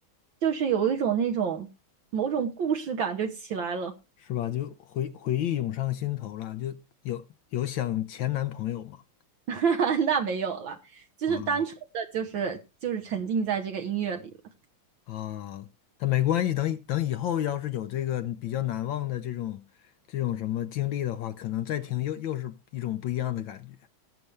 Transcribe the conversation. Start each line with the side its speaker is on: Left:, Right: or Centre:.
Right: 就是有一种那种某种故事感就起来了。
Left: 是吧？就回回忆涌上心头了，就有有想前男朋友嘛？
Right: <laughs> 那没有了，就是单纯的就是就是沉浸在这个音乐里了。
Left: 啊啊，但没关系，等以等以后要是有这个比较难忘的这种这种什么经历的话，可能再听又又是一种不一样的感觉。